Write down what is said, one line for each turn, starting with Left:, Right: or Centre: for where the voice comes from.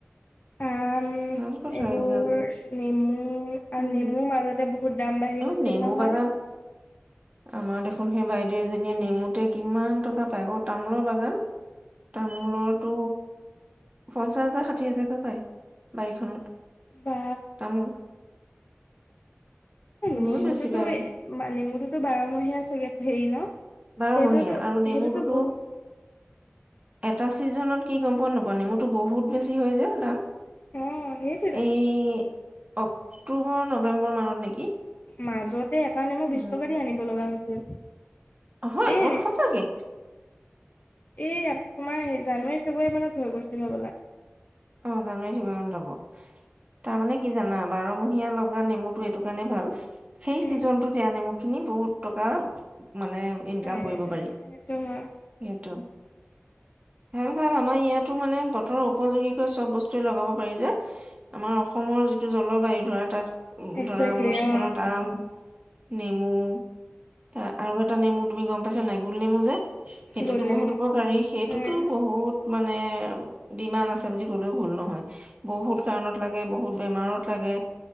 Left: আম
Right: ভাল কথা
Left: এইবোৰ
Right: এইবিলাক
Left: নেমু আৰু
Right: উম
Left: নেমুৰ মাজতে বহুত দাম বাঢ়ি
Right: অ
Left: গৈছিল
Right: নেমু
Left: নহয়
Right: বাগান আমাৰ দেখোন সেই বাইদেউ এজনীয়ে নেমুতে কিমান টকা পায় আৌ তামোলৰ বাগান তামোলতো পঞ্চাশ হাজাৰ ষাঠি হাজাৰকে পায় বাৰীখনত
Left: বা
Right: তামোল বহুত
Left: নেমুটোতো
Right: বেছি পায়
Left: নেমুটোতো বাৰমহীয়া চাগে হেৰি ন
Right: বাৰমহীয়া
Left: সেইটোতো
Right: আৰু
Left: সেইটোতো
Right: নেমুটোতো
Left: বহুত
Right: এটা ছিজনত কি গম পোৱা নাপোৱা নেমুতো বহুত বেছি হয় যে দাম
Left: অ সেইছিল
Right: এই অক্টোবৰ নৱেম্বৰ মানত নেকি
Left: মাজতে এটা নেমু
Right: উম,
Left: বিশ টকা দি আনিব লগা হৈছিল
Right: হয়
Left: এই
Right: অ সঁচাকে
Left: এই তোমাৰ জানুৱাৰী ফেব্ৰুৱাৰী মানত হৈ গৈছিল হ'বলা।
Right: অ' জানুৱাৰী ফেব্ৰুৱাৰী মানত হ'ব। তাৰ মানে কি জানা বাৰমহীয়া লগা নেমুটো এইটো কাৰণে ভাল সেই
Left: উম
Right: চিজনটোত এয়া নেমু খিনি বহুত টকা মানে ইনকাম
Left: সেইটোৱে
Right: কৰিব পাৰি।
Left: সেইটো হয়
Right: সেইটো। ভাল ভাল আমাৰ ইয়াতো মানে বতৰৰ উপযোগী চব বস্তুৱে লগাব পাৰি যে, আমাৰ অসমৰ যিটো জলবায়ু ধৰা তাত উম
Left: একজেক্টলি
Right: ধৰা আমৰ চিজনত
Left: অ
Right: আম। নেমু তা আৰু এটা নেমু তুমি গম পাইছা নে নাই গোল নেমু যে। সেইটোতো
Left: গোল নেমু
Right: বহুত উপকাৰী সেইটোতো
Left: উম
Right: বহুত মানে ডিমাণ্ড আছে বুলি ক'লেও ভুল নহয় বহুত কাৰণত লাগে বহুত বেমাৰত লাগে।